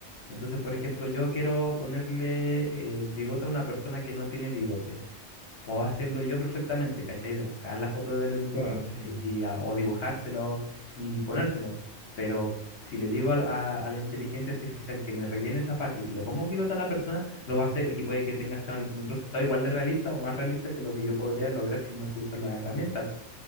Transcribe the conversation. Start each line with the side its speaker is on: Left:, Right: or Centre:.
Left: Entonces, por ejemplo, yo quiero ponerle eh, bigote a una persona que no tiene bigote. Puedo hacerlo yo perfectamente, ¿cachai? De buscar la foto del bigote
Right: Claro, sí, po.
Left: y, a- o dibujárselo y ponérselo. Pero si le digo al- a, a la inteligencia artificial que me rellene esa parte y que le ponga un bigote a la persona, lo va a hacer y puede que tenga hasta un un resultado igual de realista o más realista que lo que yo podría lograr si no se usa la herramienta.